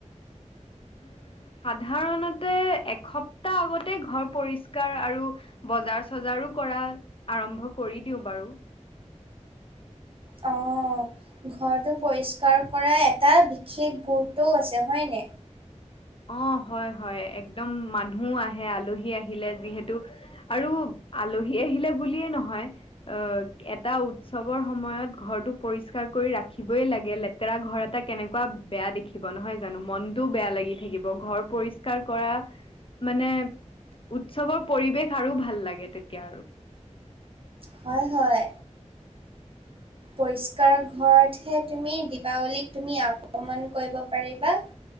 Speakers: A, on the left (about 45°); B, on the right (about 45°).
A: উম, সাধাৰণতে এসপ্তাহ আগতে ঘৰ পৰিষ্কাৰ আৰু বজাৰ চজাৰো কৰা আৰম্ভ কৰি দিওঁ বাৰু।
B: অ'। ঘৰটো পৰিষ্কাৰ কৰা এটা বিশেষ গুৰুত্বও আছে হয়নে?
A: অ', হয়, হয় একদম মানুহ আহে। আলহী আহিলে যিহেতু আৰু আলহী আহিলে বুলিয়ে নহয় অ', এটা উৎসৱৰ সময়ত ঘৰটো পৰিস্কাৰ কৰি ৰাখিবই লাগে, লেতে লেটেৰা ঘৰ এটা কেনেকুৱা বেয়া দেখিব, নহয় জানো মনতোও বেয়া লাগি থাকিব, ঘৰ পৰিষ্কাৰ কৰা মানে উৎসৱৰ পৰিৱেশ আৰু ভাল লাগে, তেতিয়া আৰু
B: হয়, হয়। পৰিষ্কাৰ ঘৰতহে তুমি, দিপাৱলীক তুমি আগ্ৰমন কৰিব পাৰিবা।